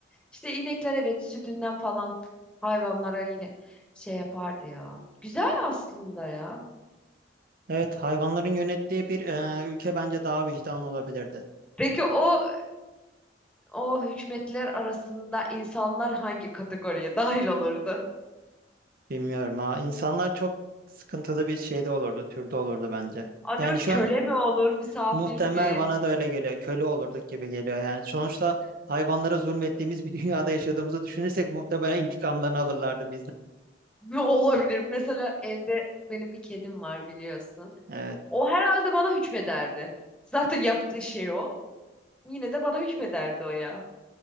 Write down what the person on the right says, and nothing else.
Evet, hayvanların yönettiği bir eee, ülke bence daha vicdanlı olabilirdi.
Bilmiyorum ha. İnsanlar çok sıkıntılı bir şeyde olurdu, türde olurdu bence.
Yani şu
an
muhtemel
bana da öyle geliyor. Köle olurduk gibi geliyor yani. Sonuçta hayvanlara zulmettiğimiz bir <laughs> dünyada yaşadığımızı düşünürsek muhtemelen intikamlarını alırlardı
Evet.